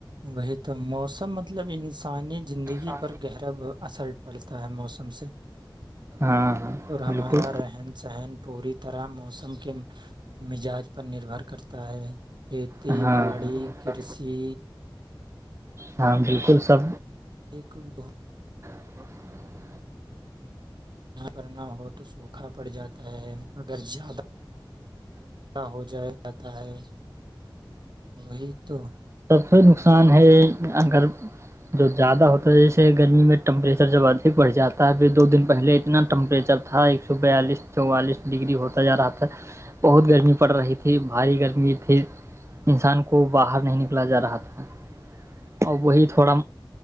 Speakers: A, on the right; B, on the right.
A: وہی تو موسم مطلب انسانی زندگی
B: ہاں
A: پر گہرا اثر پڑتا ہے موسم سے ج
B: ہاں
A: <inaudible> اور ہمارا
B: بالکل
A: رہن سہن پوری طرح موسم کے مزاج پر نربھر کرتا ہے کھیتی
B: ہاں
A: باڑی
B: ہاں
A: کرشی
B: ہاں بالکل سب
A: ایک بہت <unintelligible>
B: اچا <unintelligible>
A: یہاں پر نہ ہو تو سوکھا پڑ جاتا ہے اگر زیادہ ہو جا جاتا ہے وہی تو
B: تھ نقصان ہے اگر جو زیادہ ہوتا ہے جیسے گرمی میں ٹمپریچر جبدھک بڑھ جاتا ہے پھر دو دن پہلے اتنا ٹمپریچر تھا ایک سو بیالیس چوالیس ڈگری ہوتا جا رہا تھا <inaudible> بہت گرمی پڑ رہی تھی بھاری گرمی تھی انسان کو باہر نہیں نکلا جا رہا تھا اور وہی تھوڑا